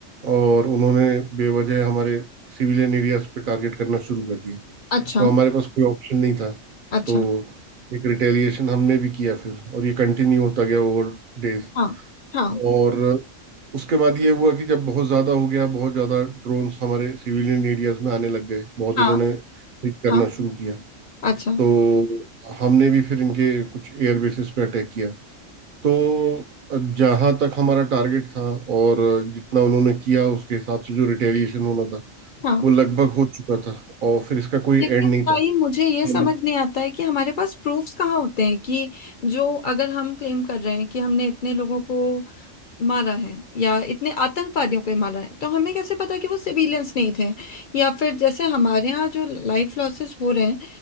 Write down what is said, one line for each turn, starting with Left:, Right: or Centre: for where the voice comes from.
Right: और उन्होंने बेवजह हमारे सिविलियन एरियाज पे टारगेट करना शुरू कर दिए
Left: अच्छा
Right: तो हमारे पास कोई ऑप्शन नहीं था
Left: अच्छा
Right: तो एक रिटेलिएशन हमने भी किया फिर और ये कंटिन्यू होता गया ओवर डेज
Left: हाँ हाँ
Right: और उसके बाद ये हुआ कि जब बहुत ज़्यादा हो गया बहुत ज़्यादा ड्रोन्स हमारे सिविलियन एरियाज में आने लग गए बहुत
Left: हाँ
Right: इन्होंने हिट करना
Left: हाँ
Right: शुरू किया
Left: अच्छा
Right: तो हमने भी फिर इनके कुछ एयर बेसिस पे अटैक किया तो जहां तक हमारा टारगेट था और जितना उन्होंने किया उसके हिसाब से जो रिटेलिएशन होना था
Left: हाँ
Right: वो लगभग हो चुका था और फिर इसका कोई एंड
Left: लेकिन
Right: नहीं था
Left: भाई मुझे ये
Right: हम
Left: समझ नहीं आता है कि हमारे पास प्रूफ्स कहाँ होते हैं कि जो अगर हम क्लेम कर रहे हैं कि हमने इतने लोगों को मारा है या इतने आतंकवादियों को ही मारा है तो हमें कैसे पता कि वो सिविलियंस नहीं थे या फिर जैसे हमारे यहाँ जो लाइफ लॉसेस हो रहे हैं